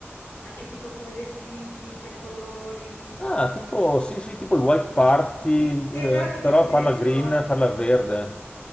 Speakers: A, on the left; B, on the left.
A: anche tipo come vestiti, cioè colori.
B: Ah, tipo, sì, sì, tipo i white party,
A: Tip- esatto,
B: eh,
A: tipo
B: però
A: dress
B: farla green,
A: code, sì.
B: farla verde.